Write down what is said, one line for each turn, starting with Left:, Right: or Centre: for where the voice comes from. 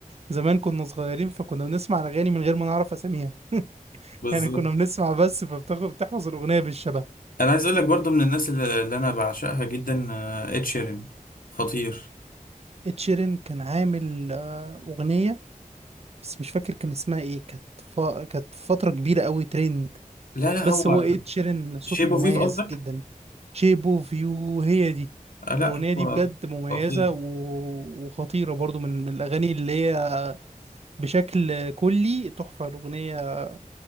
Right: زمان كنا صغيرين فكنا بنسمع الأغاني من غير ما نعرف أساميها
Left: بالظبط
Right: يعني كنا بنسمع بس فبتاخد بتحفظ الأغنية بالشبه
Left: أنا عايز أقول لك برضو من الناس اللي, اللي أنا بعشقها جدا آه إد شيرين خطير
Right: اتشيرين كان عامل آه، أغنية بس مش فاكر كان اسمها إيه كانت ف... كانت فترة كبيرة أوي ترند
Left: لا لا
Right: بس
Left: هو
Right: هو إد شيرين صوته
Left: شيب
Right: مميز
Left: أوف يو قصدك
Right: جدا شيب اوف يو هي دي
Left: آه لا
Right: الأغنية دي
Left: هو
Right: بجد مميزة
Left: خطير
Right: و... وخطيرة برضو من من الأغاني اللي هي بشكل كلي تحفة الأغنية